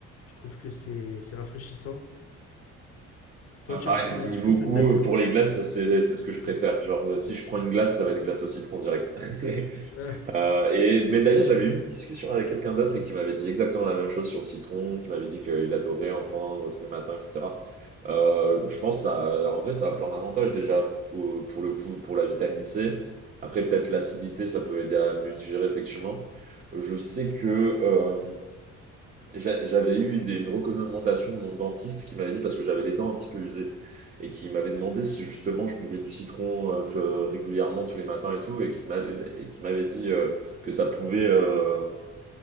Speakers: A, on the left (about 55°); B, on the right (about 25°).
A: Je trouve que c'est c'est rafraîchissant. Toi,
B: ouais,
A: tu
B: pareil,
A: as- c'est un
B: niveau
A: fruit que
B: goût,
A: t'aimes bien?
B: pour les glaces, c'est c'est ce que je préfère. Genre, euh, si je prends une glace, ça va être glace au citron direct. <laughs>
A: Euh,
B: Euh, et, mais d'ailleurs, j'avais eu une discussion avec quelqu'un d'autre et qui m'avait dit exactement la même chose sur le citron, qui m'avait dit qu'il adorait en prendre tous les matins, etc. Euh, je pense que ça, en vrai, ça a plein d'avantages déjà pour, pour le coup, pour la vitamine C. Après, peut-être l'acidité, ça peut aider à mieux digérer, effectivement. Je sais que euh, J'a- J'avais eu des, une recommandation de mon dentiste qui m'avait dit, parce que j'avais les dents un petit peu usées, et qui m'avait demandé si justement je buvais du citron euh, peu- régulièrement tous les matins et tout, et qui m'avait, et qui m'avait dit euh, que ça pouvait euh,